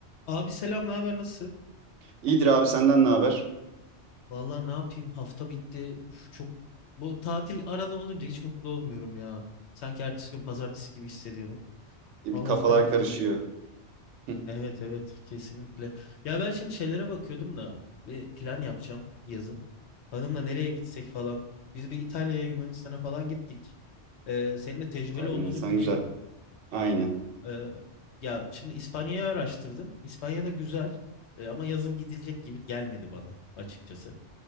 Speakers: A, on the left; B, on the right.
A: Abi selam, ne haber, nasılsın?
B: İyidir abi senden ne haber?
A: Vallahi ne yapayım, hafta bitti. Uf çok bu tatil arada olunca hiç mutlu olmuyorum ya. Sanki ertesi gün pazartesi gibi hissediyorum.
B: E,
A: Allah'tan
B: bir kafalar
A: bitti
B: karışıyor.
A: bugün.
B: Hı,
A: Evet evet kesinlikle. Ya ben şimdi şeylere bakıyordum da bir plan yapacağım yazın. Hanımla nereye gitsek falan. Biz bir İtalya'ya Yunanistan'a falan gittik. Ee, senin de tecrübeli
B: İtalya
A: olduğunu
B: Yunanistan
A: biliyorum.
B: güzel. Aynen.
A: Ee, ya şimdi İspanya'yı araştırdım. İspanya'da güzel Ee, ama yazın gidilecek gibi gelmedi bana açıkçası.